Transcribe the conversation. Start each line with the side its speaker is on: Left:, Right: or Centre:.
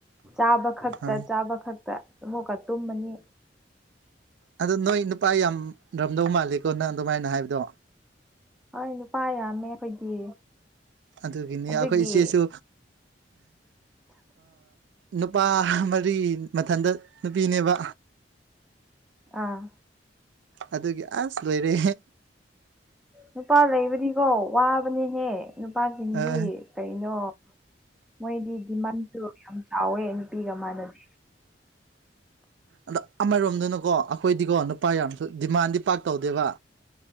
Centre: ꯆꯥꯕ ꯈꯛꯇ
Right: ꯍꯣꯏ
Centre: ꯆꯥꯕ ꯈꯛꯇ ꯑꯃꯨꯛꯀ ꯇꯨꯝꯃꯅꯤ
Right: ꯑꯗ ꯅꯣꯏ ꯅꯨꯄꯥ ꯌꯥꯝꯔꯝꯗꯧ ꯃꯥꯜꯂꯦꯀꯣ ꯅꯪ ꯑꯗꯨꯃꯥꯏꯅ ꯍꯥꯏꯕꯗꯣ
Centre: ꯍꯣꯏ ꯅꯨꯄꯥ ꯌꯥꯝꯃꯦ ꯑꯩꯈꯣꯏꯗꯤ
Right: ꯑꯗꯨꯒꯤꯅꯤ
Centre: ꯑꯗꯨꯒꯤ
Right: ꯑꯩꯈꯣꯏ ꯏꯆꯦꯁꯨ ꯅꯨꯄꯥ ꯃꯔꯤ ꯃꯊꯟꯇ ꯅꯨꯄꯤꯅꯦꯕ
Centre: ꯑꯥ
Right: ꯑꯗꯨꯒꯤ ꯑꯁ ꯂꯣꯏꯔꯦ
Centre: ꯅꯨꯄꯥ ꯂꯩꯕꯅꯤꯀꯣ ꯋꯥꯕꯅꯦꯍꯦ ꯅꯨꯄꯥꯁꯤꯡꯗꯤ
Right: ꯑꯥ
Centre: ꯀꯩꯅꯣ ꯃꯣꯏꯗꯤ ꯗꯤꯃꯥꯟꯁꯨ ꯌꯥꯝ ꯆꯥꯎꯋꯦ ꯅꯨꯄꯤꯒ ꯃꯥꯥꯟꯅꯗ
Right: ꯑꯗꯣ ꯑꯃꯔꯣꯝꯗꯅꯀꯣ ꯑꯩꯈꯣꯏꯗꯤꯀꯣ ꯅꯨꯄꯥ ꯌꯥꯝꯁꯨ ꯗꯤꯃꯥꯟꯗꯤ ꯄꯥꯛ ꯇꯧꯗꯦꯕ